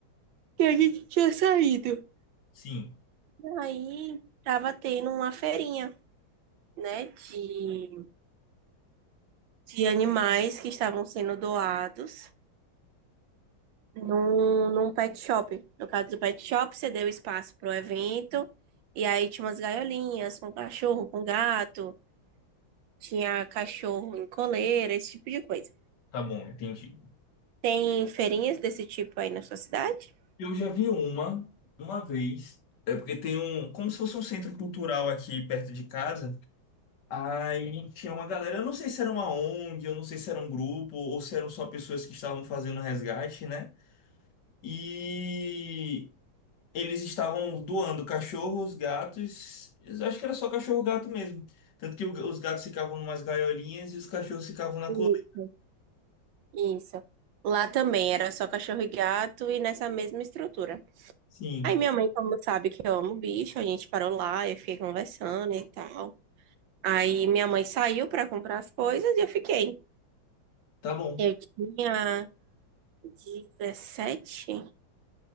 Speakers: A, on the right; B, on the left.
A: que a gente tinha saído.
B: Sim,
A: E aí tava tendo uma feirinha, né, de, de animais que estavam sendo doados num, num pet shop. No caso do pet shop, você deu espaço para o evento, e aí tinha umas gaiolinhas com cachorro, com gato, tinha cachorro em coleira, esse tipo de coisa.
B: tá bom, entendi.
A: Tem feirinhas desse tipo aí na sua cidade?
B: Eu já vi uma, uma vez. É porque tem um, como se fosse um centro cultural aqui perto de casa. Aí tinha uma galera, eu não sei se era uma ONG, eu não sei se era um grupo, ou se eram só pessoas que estavam fazendo resgate, né? E eles estavam doando cachorros, gatos, eu acho que era só cachorro, gato mesmo. Tanto que o- os gatos ficavam numas gaiolinhas e os cachorros ficavam na
A: Sim.
B: coleira.
A: Isso. Lá também era só cachorro e gato e nessa mesma estrutura.
B: Sim,
A: Aí minha mãe, como sabe que eu amo bicho, a gente parou lá, eu fiquei conversando e tal. Aí minha mãe saiu para comprar as coisas e eu fiquei.
B: tá bom.
A: Eu tinha 17